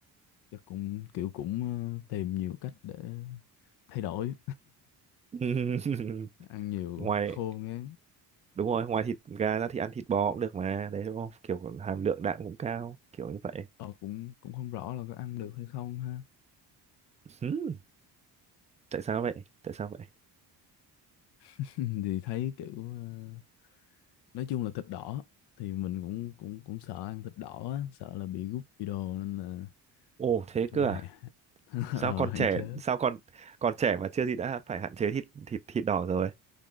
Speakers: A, on the left; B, on the right.
A: chắc cũng kiểu cũng ờ, tìm nhiều cách để thay đổi
B: <laughs>
A: ăn nhiều
B: ngoài
A: khô ngán
B: đúng rồi ngoài thịt gà ra thì ăn thịt bò cũng được mà đấy đúng không kiểu hàm lượng đạm cũng cao kiểu như vậy
A: ờ, cũng cũng không rõ là có ăn được hay không ha
B: Ừm, tại sao vậy tại sao vậy
A: <laughs> thì thấy kiểu ờ, nói chung là thịt đỏ thì mình cũng cũng cũng sợ ăn thịt đỏ á, sợ là bị gút bị đồ nên là
B: ồ thế
A: nói chung
B: cơ
A: là
B: à
A: hạn <laughs> ờ,
B: sao còn
A: hạn
B: trẻ
A: chế
B: sao còn còn trẻ mà chưa gì đã phải hạn chế thịt thịt thịt đỏ rồi